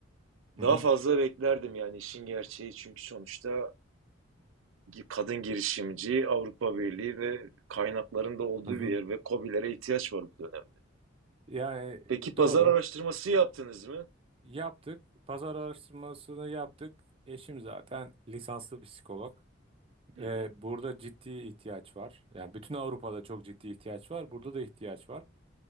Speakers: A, on the right (about 30°); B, on the right (about 85°).
A: hı.
B: daha fazla beklerdim yani işin gerçeği çünkü sonuçta kadın girişimci, Avrupa Birliği ve kaynakların da olduğu
A: Hı hı.
B: bir yer ve KOBİ'lere ihtiyaç var bu dönemde.
A: Yani
B: Peki pazar
A: doğru.
B: araştırması yaptınız mı?
A: Yaptık. Pazar araştırmasını yaptık. Eşim zaten lisanslı psikolog.
B: Hı
A: Ee,
B: hı,
A: burada ciddi ihtiyaç var. Yani bütün Avrupa'da çok ciddi ihtiyaç var. Burada da ihtiyaç var.